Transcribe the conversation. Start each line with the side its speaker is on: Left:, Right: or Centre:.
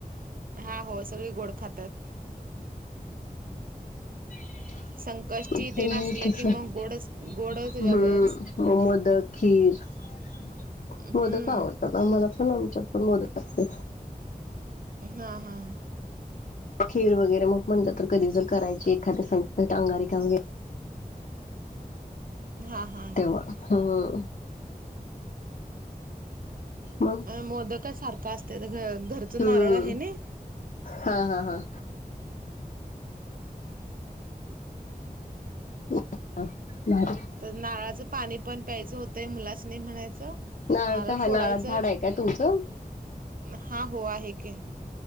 Right: हा होय सगळे गोड खातात.
Left: हुं
Right: संकष्टी
Left: हम्
Right: ते नासले की मग
Left: मोदक,
Right: गोडच गोड
Left: खीर
Right: त्याच्यावरच
Left: ह <unintelligible>
Right: हुं.
Left: हा आवडत, आम्हाला पण आमच्यात पण मोदक असतय
Right: हा हा.
Left: खीर वगैरे मग म्हणलं, तर कधी जर करायची एखाद्या संकट अंगारिका वगेरे
Right: हा. हा
Left: तेव्हा हा. मग
Right: मोदक काय सारखं असत्यात घ घरच नारळ
Left: हम्म
Right: आहे नई
Left: हा हा हा. <unintelligible>
Right: तर नारळाचं पाणी पण प्यायचं होतंय मुलांसनी म्हणायचं
Left: नाळ
Right: नारळ
Left: काय हा
Right: फोडायचं
Left: नाळात झाड आहे काय तुमचं
Right: हा हो आहे की